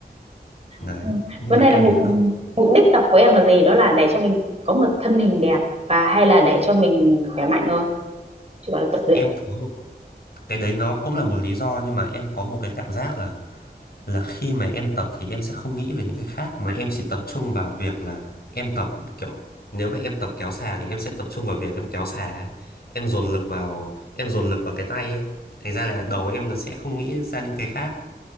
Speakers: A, on the left; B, on the right.
A: đấy
B: ừ.
A: nhưng
B: vấn
A: mà
B: đề
A: em
B: là mục
A: thì không
B: mục đích tập của em là gì đó là để cho mình có một thân hình đẹp và hay là để cho mình khỏe mạnh thôi chứ gọi là tập luyện
A: em có một cái đấy nó cũng là một lý do nhưng mà em có một cái cảm giác là là khi mà em tập thì em sẽ không nghĩ về những cái khác mà em chỉ tập trung vào việc là em tập kiểu nếu mà em tập kéo xà thì em sẽ tập trung vào việc em kéo xà ấy. em dồn lực vào em dồn lực vào cái tay ấy. thành ra là đầu em nó sẽ không nghĩ ra những cái khác